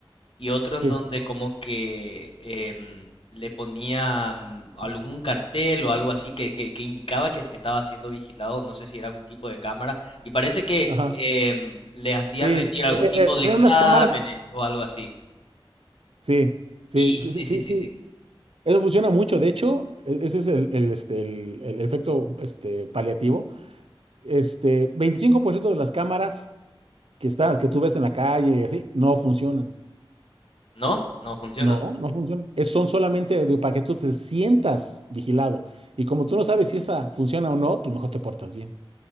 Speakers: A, on the left; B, on the right.
A: y otro
B: Sí,
A: en donde como que em, le ponían algún cartel o algo así que, que- que indicaba que estaba siendo vigilado, no sé si era algún tipo de cámara, y parece que
B: ajá,
A: em, les hacían
B: sí.
A: rendir algún
B: E-
A: tipo
B: e-
A: de
B: Eran
A: exámenes
B: unas cámaras,
A: o algo así.
B: sí, sí,
A: Y
B: <laughs>
A: sí, sí,
B: sí,
A: sí,
B: sí.
A: sí.
B: Eso funciona mucho. De hecho, e- ese es el, el, este, el, el efecto este, paliativo. Este, 25% de las cámaras que estás, que tú ves en la calle y así, no funcionan.
A: ¿No? No funciona.
B: No, no funcionan. Es- son solamente de- para que tú te sientas vigilado. Y como tú no sabes si esa funciona o no, pues mejor te portas bien.